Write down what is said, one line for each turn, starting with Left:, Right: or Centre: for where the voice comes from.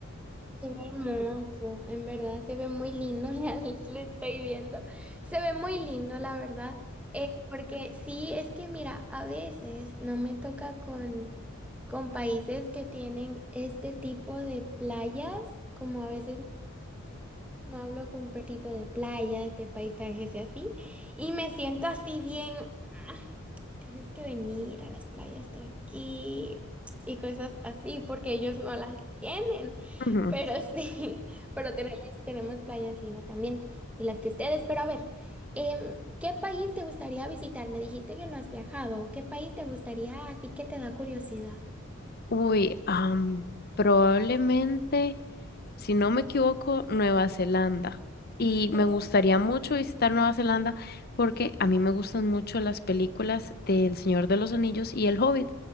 Centre: Se ve hermoso, en verdad, se ve muy lindo, <laughs> ya lo estoy viendo. Se ve muy lindo, la verdad. Eh, porque sí, es que mira, a veces no me toca con, con países que tienen este tipo de playas, como a veces no hablo con per- tipo de playas, de paisajes y así, y me siento así bien tienes que venir a las playas de aquí y cosas así, porque ellos no las tienen.
Left: Ujú.
Centre: Pero sí, <laughs> pero tenemos, tenemos playas lindas también y las de ustedes. Pero a ver, em, ¿qué país te gustaría visitar? Me dijiste que no has viajado. ¿Qué país te gustaría? Así que te da curiosidad.
Left: Uy, am, probablemente. si no me equivoco, Nueva Zelanda. Y me
Centre: Oh,
Left: gustaría mucho visitar Nueva Zelanda porque a mí me gustan mucho las películas de El Señor de los Anillos y El Hobbit.